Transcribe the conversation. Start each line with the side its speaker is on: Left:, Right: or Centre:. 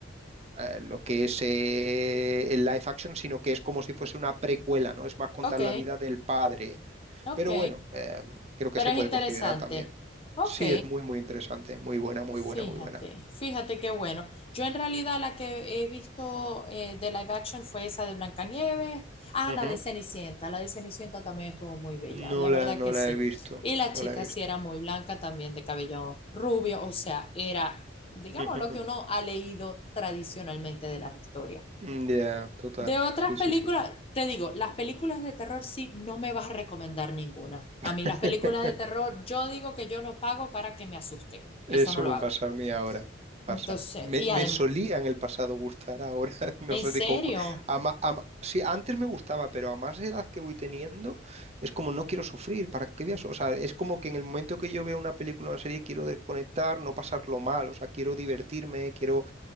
Right: eh, lo que es eh, el live action, sino que es como si fuese una precuela, ¿no? Es más contar
Left: Ok,
Right: la vida del padre
Left: ok.
Right: pero bueno, eh, creo que
Left: Pero
Right: se
Left: es
Right: puede
Left: interesante.
Right: considerar también.
Left: Ok.
Right: Sí, es muy, muy interesante. Muy buena, muy buena,
Left: Fíjate,
Right: muy buena.
Left: fíjate qué bueno. Yo en realidad la que he visto eh, de live action fue esa de Blancanieves. Ah,
Right: Ujú.
Left: la de Cenicienta. La de Cenicienta también estuvo muy bella,
Right: No
Left: de
Right: la,
Left: verdad
Right: no
Left: que sí.
Right: la he visto.
Left: Y la chica
Right: No la he visto.
Left: sí era muy blanca también, de cabello rubio, o sea, era, digamos,
Right: <laughs>
Left: lo que uno ha leído tradicionalmente de las historias.
Right: Ya, total.
Left: De otras
Right: Sí,
Left: películas,
Right: sí, sí.
Left: te digo, las películas de terror sí, no me vas a recomendar ninguna.
Right: <laughs>
Left: A mí las películas de terror, yo digo que yo no pago para que me asusten.
Right: Eso
Left: Eso no lo
Right: me
Left: hago.
Right: pasa a mí ahora. Pasa.
Left: Entonces,
Right: Me,
Left: y
Right: me
Left: además,
Right: solía en el pasado gustar, ahora <laughs> no
Left: ¿en
Right: sé
Left: serio?
Right: ni con cuál. A ma- a ma- sí, antes me gustaba, pero a más edad que voy teniendo, es como no quiero sufrir, ¿para qué voy a su- O sea, es como que en el momento que yo veo una película o una serie quiero desconectar, no pasarlo mal, o sea, quiero divertirme, quiero,